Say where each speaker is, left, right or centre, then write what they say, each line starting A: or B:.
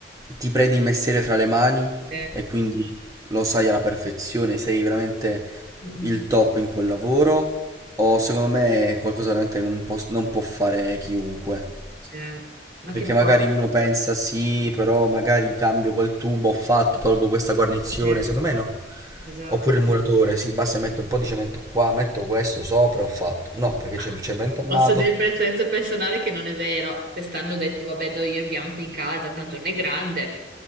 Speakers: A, on the right; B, on the right.
A: ti prendi il mestiere fra le mani
B: Eh,
A: e quindi lo sai alla perfezione, sei veramente
B: mm,
A: il
B: mm.
A: top in quel lavoro. O secondo me è qualcosa veramente che non può, non può fare chiunque.
B: cioè, ma
A: Perché
B: che poi?
A: magari uno pensa sì, però magari cambio quel tubo, ho fatto, tolgo questa guarnizione.
B: eh,
A: Secondo me no.
B: esatto.
A: Oppure il muratore, sì, basta metto un po' di cemento qua, metto questo sopra, ho fatto. No, perché
B: Ah,
A: c'è il cemento armato.
B: Posso dire per esperienza personale che non è vero. Quest'anno ho detto, vabbè, do io il bianco in casa, tanto non è grande,